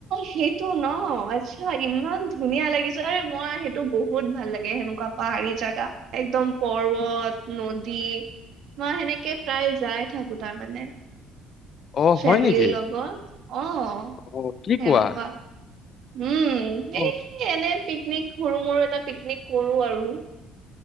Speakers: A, on the right (about 65°); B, on the left (about 45°).
A: সেইটো ন আচ্ছা ইমান ধুনীয়া লাগিছেৰে মই সেইটো বহুত ভাল লাগে সেনেকুৱা পাহাৰী জোগা একদম পৰ্ব নদী মই সেনেকে প্ৰায় যায় থাকো তাৰ মানে
B: অ
A: ফেমিলিৰ
B: হয় নেকি?
A: লগত অ সেনেকুৱা
B: অ কি কোৱা?
A: উম
B: অ
A: এই এনে পিকনিক সৰু মৰু এটা পিকনিক কৰো আৰু